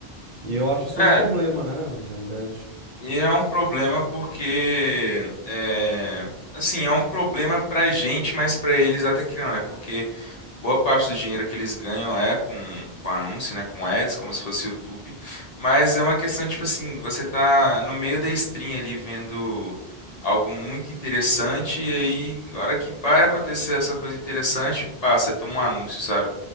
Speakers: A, on the right; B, on the left.
A: E eu acho isso
B: É,
A: um problema, né? Na realidade.
B: E é um problema porque, é, assim, é um problema pra gente, mas pra eles até que não, né? Porque boa parte do dinheiro que eles ganham é com, com anúncio, né? Com ads, como se fosse YouTube. Mas é uma questão, tipo assim, você tá no meio da stream ali vendo algo muito interessante e aí, a hora que vai acontecer essa coisa interessante, pá, você toma um anúncio, sabe?